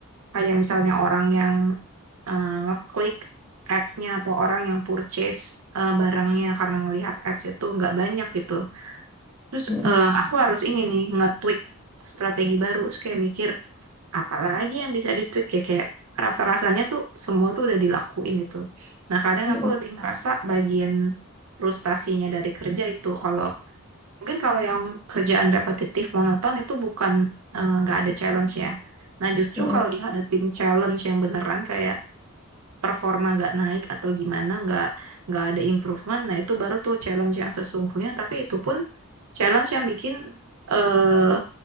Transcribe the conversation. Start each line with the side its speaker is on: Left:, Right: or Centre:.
Right: kayak misalnya orang yang eh, ngeklik ads-nya atau orang yang purchase eh, barangnya karena ngelihat ads itu nggak banyak gitu. Terus
Centre: mm-mm,
Right: eh, aku harus ini nih, nge-tweak strategi baru. Terus kayak mikir, apalagi yang bisa ditweak ya kayak rasa-rasanya tuh semua tuh udah dilakuin itu. Nah, kadang
Centre: mm-mm,
Right: aku lebih ngerasa bagian frustasinya dari kerja itu kalau mungkin kalau yang kerjaan repetitif monoton itu bukan eh, nggak ada challenge ya. Nah, justru
Centre: mm-mm.
Right: kalau dihadapin challenge yang beneran kayak performa nggak naik atau gimana nggak nggak ada improvement, nah itu baru tuh challenge yang sesungguhnya. Tapi itu pun challenge yang bikin eh